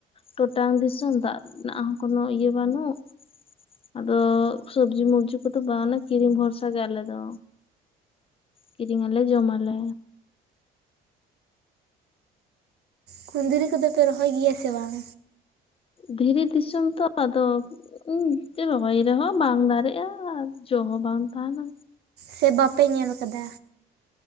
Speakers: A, on the left; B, on the right.
A: ᱴᱚᱴᱟᱝ ᱫᱤᱥᱚᱢ ᱫᱟᱜ ᱨᱮᱱᱟᱜ ᱦᱚᱸ ᱠᱳᱱᱚ ᱤᱭᱟᱹ ᱵᱟᱹᱱᱩᱜ, ᱟᱫᱚ ᱥᱚᱵᱽᱡᱤ ᱢᱚᱵᱡᱤ ᱠᱚᱫᱚ ᱵᱟᱝ ᱚᱱᱮ ᱠᱤᱨᱤᱧ ᱵᱷᱚᱨᱥᱟ ᱜᱮ ᱟᱞᱮ ᱫᱚ᱾ ᱠᱤᱨᱤᱧ ᱟᱞᱮ ᱡᱚᱢᱟᱞᱮ
B: ᱠᱷᱩᱱᱫᱽᱨᱤ ᱠᱚ-ᱫᱚ ᱯᱮ ᱨᱚᱦᱚᱭ ᱜᱮᱭᱟ ᱥᱮ ᱵᱟᱝ?
A: ᱫᱷᱤᱨᱤ ᱫᱤᱥᱚᱢ ᱛᱚ ᱟᱫᱚ ᱩ ᱨᱚᱦᱚᱭ ᱨᱮᱦᱚᱸ ᱵᱟᱝ ᱫᱟᱨᱮᱜᱼᱟ᱾ ᱟᱨ ᱡᱚ ᱦᱚᱸ ᱵᱟᱝ ᱛᱟᱦᱮᱱᱟ᱾
B: ᱥᱮ ᱵᱟᱯᱮ ᱧᱮᱞ ᱟᱠᱟᱫᱟ?